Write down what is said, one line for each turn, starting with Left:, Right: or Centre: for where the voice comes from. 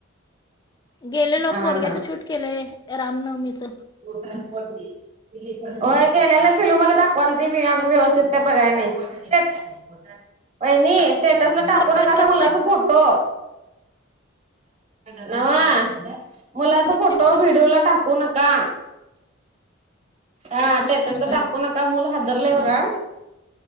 Left: गेले लोक
Right: हा
Left: पोरग्याच
Right: हा
Left: शूट केलाय रामनवमीच.
Right: <unintelligible> हो केलेला फिल्म मला दाखवालत मी अजून व्यवस्थित काय बघाय नाही <unintelligible> वहिनी स्टेटसला टाकू नकासा
Left: बनवायलाच
Right: मुलाचा फोटो. नव्हा मुलाचा
Left: नाही.
Right: फोटो व्हिडिओला टाकू नक का हा स्टेटसला
Left: होय होय
Right: टाकू नका मुल हादरलंय बघा.